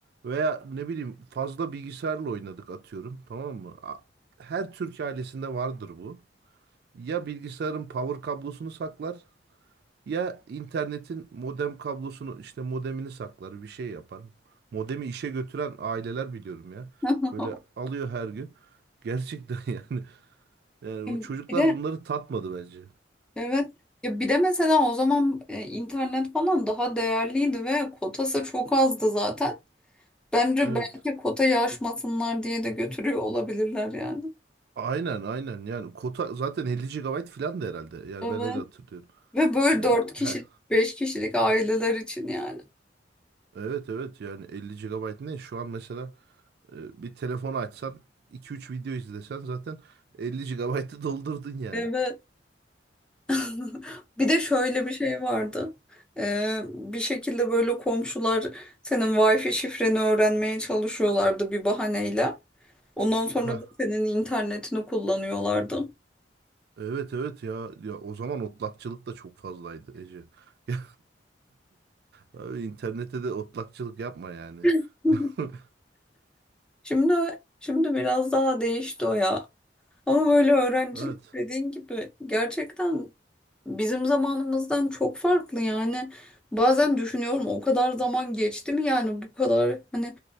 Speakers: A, on the right; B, in the centre.
A: Veya ne bileyim fazla bilgisayarla oynadık atıyorum tamam mı? A- Her Türk ailesinde vardır bu. Ya bilgisayarın power kablosunu saklar ya internetin modem kablosunu işte modemini saklar bir şey yapar. Modemi işe götüren aileler biliyorum ya.
B: <laughs>
A: Böyle alıyor her gün. Gerçekten <laughs> yani, yani
B: Bir
A: bu çocuklar
B: de
A: bunları tatmadı bence.
B: evet ya bir de mesela o zaman e, internet falan daha değerliydi ve kotası çok azdı zaten. Bence
A: Evet.
B: belki kotayı aşmasınlar diye de götürüyor olabilirler yani.
A: Aynen aynen yani kota zaten 50 gigabayt falan da herhalde. Yani
B: Evet.
A: ben öyle hatırlıyorum.
B: Ve böyle
A: Yani
B: dört kişilik,
A: her,
B: beş kişilik aileler için yani.
A: evet evet yani 50 gigabayt ne? Şu an mesela e, bir telefonu açsan iki üç video izlesen zaten 50 gigabaytı <laughs> doldurdun yani.
B: Evet. <laughs> Bir de şöyle bir şey vardı. Ee, bir şekilde böyle komşular senin Wi-Fi şifreni öğrenmeye çalışıyorlardı bir bahaneyle. Ondan sonra
A: Ha.
B: da senin internetini kullanıyorlardı.
A: Evet evet ya ya o zaman otlakçılık da çok fazlaydı Ece. <laughs> Ya, Abi internette de otlakçılık yapma yani.
B: <laughs>
A: <laughs>
B: Şimdi şimdi biraz daha değişti o ya. Ama böyle öğrencilik
A: Evet.
B: dediğin gibi gerçekten bizim zamanımızdan çok farklı yani. Bazen düşünüyorum o kadar zaman geçti mi yani bu kadar hani